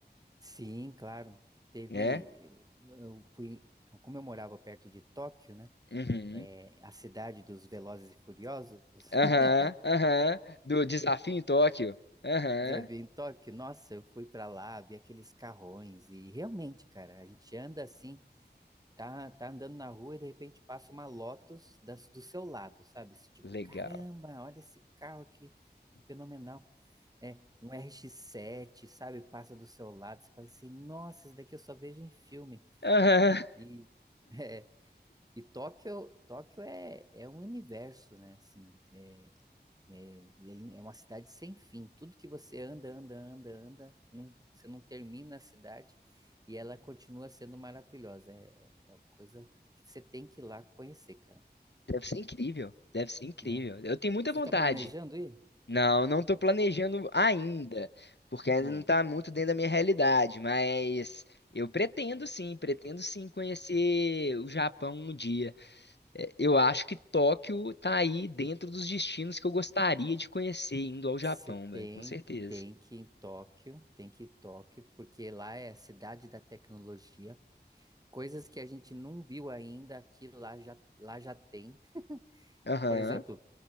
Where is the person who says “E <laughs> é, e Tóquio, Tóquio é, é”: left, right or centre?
Right